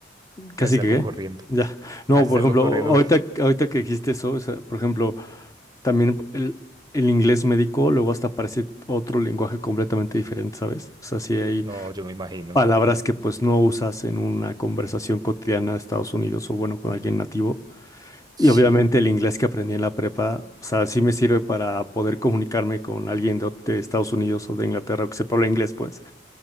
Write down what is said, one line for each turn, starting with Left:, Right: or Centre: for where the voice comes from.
Left: casi
Right: casi salgo
Left: que, ¿qué?
Right: corriendo,
Left: Ya. No,
Right: casi
Left: por
Right: salgo
Left: ejemplo,
Right: corriendo
Left: ahorita,
Right: porque
Left: ahorita que dijiste eso, o sea, por ejemplo, también el, el inglés médico luego hasta parece otro lenguaje completamente diferente, ¿sabes? O sea, sí hay
Right: no, yo me imagino.
Left: palabras
Right: <laughs> Mm.
Left: que pues no usas en una conversación cotidiana de Estados Unidos o bueno, con alguien nativo
Right: Sí.
Left: Y obviamente el inglés que aprendí en la prepa, o sea, sí me sirve para poder comunicarme con alguien de, de Estados Unidos o de Inglaterra que sepa hablar inglés, pues.